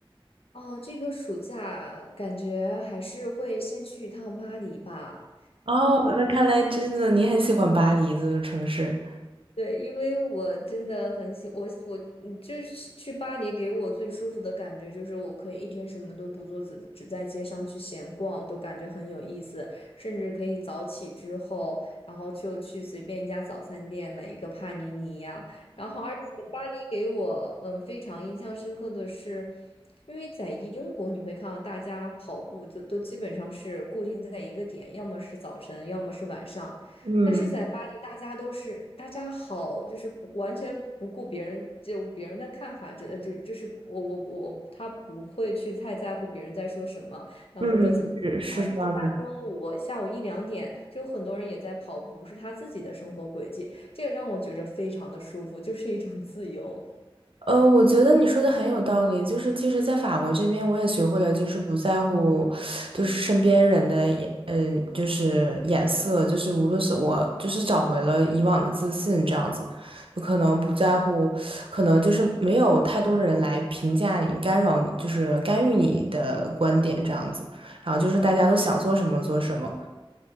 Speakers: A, on the left; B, on the right.
A: 哦，这个暑假感觉还是会先去一趟巴黎吧。
B: 哦，那看来真的你很喜欢巴黎这个城市。
A: 对，因为我真的很喜我喜我嗯，就是去巴黎给我最舒服的感觉就是我可以一天什么都不做，只只在街上去闲逛，都感觉很有意思。甚至可以早起之后，然后就去随便一家早餐店买一个帕尼尼呀。然后，而且巴黎给我嗯非常印象深刻的是，因为在英国你会看到大家跑步就都基本上是固定在一个点，要么是早晨，要么是晚上。
B: 嗯
A: 但是在巴黎，大家都是大家好，就是不完全不顾别人就别人的看法，这就就是不我我我他不会去太在乎别人在说什么，然后或者怎么啊？
B: 嗯，是是这样子。
A: 就大中午我下午一两点，就有很多人也在跑步，是他自己的生活轨迹，这个让我觉着非常的舒服，就是一种自由。
B: 呃，我觉得你说的很有道理。就是其实，在法国这边，我也学会了，就是不在乎，就是身边人的眼，呃，就是眼色，就是无论是我，就是找回了以往的自信，这样子，就可能不在乎，可能就是没有太多的人来评价你、干扰你，就是干预你的观点这样子。然后就是大家都想做什么做什么。